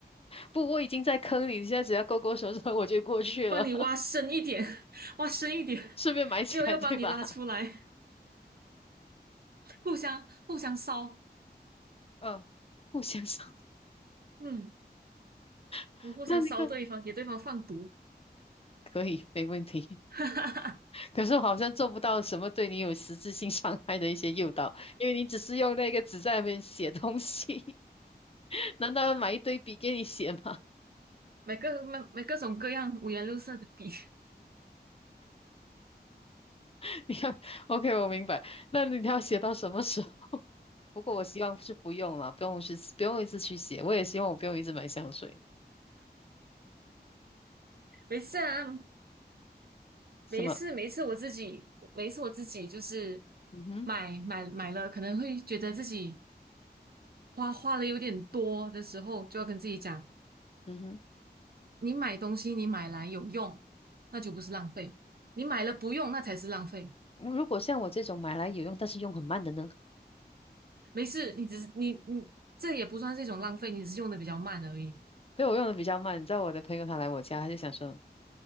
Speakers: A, on the left; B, on the right.
A: 不，我已经在坑里，你现在只要勾勾手指头我就过去了，
B: 帮你挖深一点，
A: <laughs>
B: <laughs> 挖深一点，
A: 顺便买起来，
B: 没有要把你拉出来，
A: 对吧？
B: 互相互相烧，
A: 嗯、不相上，
B: 嗯，
A: <laughs>
B: 我们互相烧对方，
A: 那那个
B: 给对方放毒，
A: 可以没问题。
B: <laughs> 哈哈哈，
A: <laughs> 可是我好像做不到什么对你有实质性伤害的一些诱导，因为你只是用那个纸在那边写东西，<laughs> 难道要买一堆笔给你写吗？
B: 买各买买各种各样五颜六色的笔，
A: <laughs> 你看 OK，我明白。那你要写到什么时候？<laughs> 不过我希望是不用了，不用去，不用一直去写。我也希望我不用一直买香水，
B: <laughs> 没事啊，
A: 什么？
B: 没事一次我自己每一次我自己就是
A: 嗯哼，
B: 买买买了，可能会觉得自己花花的有点多的时候，就要跟自己讲，
A: 嗯哼。
B: 你买东西你买来有用，那就不是浪费，你买了不用，那才是浪费。
A: 如果像我这种买来有用，但是用很慢的呢？
B: 没事，你只是你你这也不算是一种浪费，你只是用的比较慢而已，
A: 对，我用的比较慢。你知道我的朋友他来我家，他就想说：